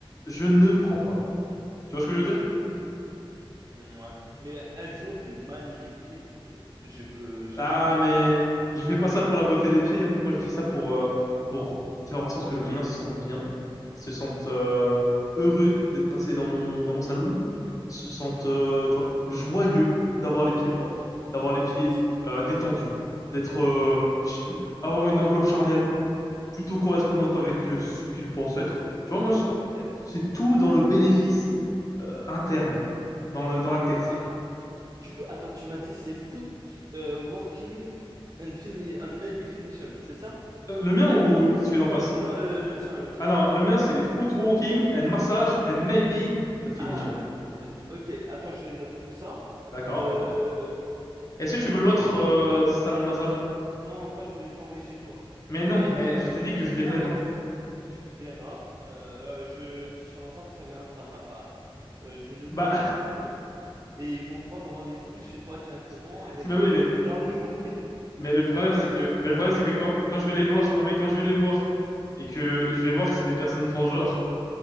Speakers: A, on the left; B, on the right.
A: je ne prends pas. Tu vois ce que je veux dire?
B: Mm, Ouais. Mais elles ont des magnifiques pieds. Je je peux, je
A: Ah,
B: peux te le promettre.
A: mais je fais pas ça pour la beauté des pieds, hein. Moi, je fais ça pour, euh, pour faire en sorte que le client se sente bien, se sente euh, heureux d'être passé dans mon, dans mon saloon, se sente, euh, tu vois, joyeux d'avoir les pieds propres, d'avoir les pieds
B: Mais
A: euh, détendus, d'être, euh,
B: Hmm,
A: ch- avoir une enveloppe charnelle plutôt correspondante avec euh, ce qu'il pense être. Tu vois, moi, je-
B: ok.
A: c'est tout dans le bénéfice euh, interne, dans le, dans la tête.
B: Ah, du coup, attends, tu m'as dit c'est foot euh, working and fini and maybe finition, c'est ça?
A: Euh, Le mien
B: Attends.
A: ou celui d'en face?
B: Ouais, non, le, le tien, le tien.
A: Ah non, le mien c'est footwalking and massage and maybe the finishing.
B: Ah oui, un massage. Ok, attends, je vais noter tout ça.
A: D'accord,
B: Euh,
A: d'accord. Est-ce que tu veux
B: plusieurs
A: l'autre
B: de
A: euh,
B: mes clients.
A: salon de massage?
B: Non, moi je vais les envoyer chez toi.
A: Mais
B: Mais
A: non, mais
B: euh,
A: je t'ai dit que je ne les
B: non,
A: prenais
B: mais
A: pas.
B: tu tu ne verras. Euh, je tu sauras pas que ça viendra de ma part. Euh, je vais noter
A: Bah,
B: un peu et ils vont prendre rendez-vous chez toi directement
A: <laughs>
B: avec
A: mais oui,
B: euh,
A: mais
B: leur nouveau prénom.
A: mais le problème
B: Tu vois,
A: c'est que
B: euh, je te donne
A: mais le problème
B: un exemple.
A: c'est que quand quand je vais les voir, non mais quand je vais les voir et que
B: Oui.
A: je vais voir que c'est des personnes transgenres,